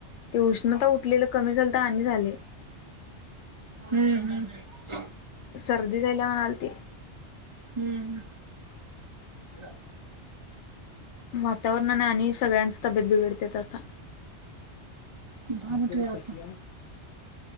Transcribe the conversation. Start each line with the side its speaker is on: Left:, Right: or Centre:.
Left: ते उष्णता उठलेलं कमी झालं आणि झालय.
Right: हम्म हम्म
Left: सर्दी झाल्या म्हणालती.
Right: हम्म ह
Left: वातावरणाने आणि सगळ्यांच तब्येत बिघडते आता
Right: दहा मिनिट
Left: बर
Right: वेळ आता
Left: कया.